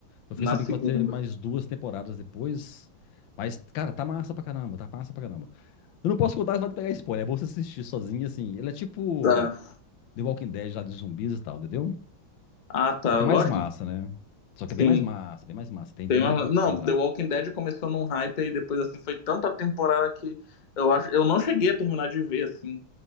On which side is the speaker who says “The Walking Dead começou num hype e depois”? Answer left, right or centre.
Left